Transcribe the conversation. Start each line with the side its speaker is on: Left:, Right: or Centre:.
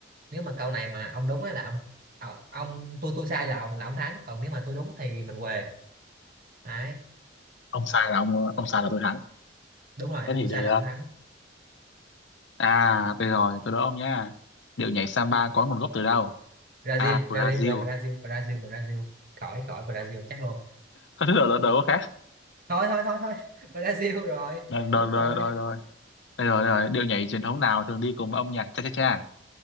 Right: nếu mà câu này mà ông đúng ấy là ông ờ, ông tôi tôi sai là ông là ông thắng còn nếu mà tôi đúng thì mình què đấy
Left: Ông sai là ông ông sai là tôi thắng.
Right: đúng rồi
Left: Thế
Right: tôi
Left: thì
Right: sai
Left: được.
Right: là ông thắng
Left: À, tôi rồi, tôi đố ông nhá. Điệu nhảy samba có nguồn gốc từ đâu?
Right: Brazil
Left: A. Brazil.
Right: Brazil Bra- Brazil Brazil Brazil khỏi khỏi Brazil
Left: Ủa?
Right: chắc luôn
Left: Có thứ đầu đầu khác
Right: thôi thôi thôi thôi <laughs> Brazil rồi
Left: Rồi, rồi,
Right: đúng rồi
Left: rồi, rồi, rồi. Đây rồi, đây rồi. Điệu nhảy truyền thống nào thường đi cùng với âm nhạc cha cha cha?